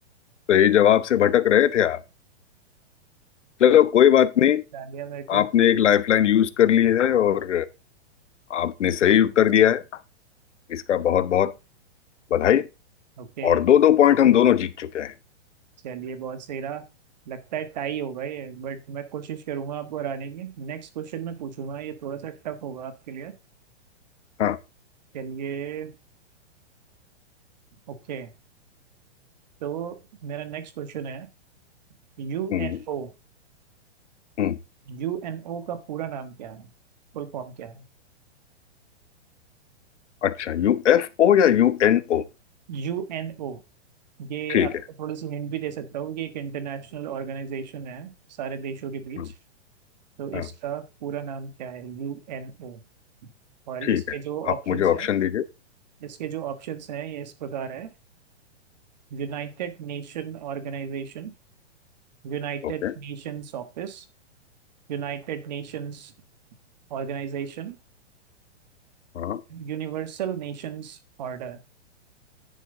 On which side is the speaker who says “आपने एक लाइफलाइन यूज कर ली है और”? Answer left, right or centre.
Left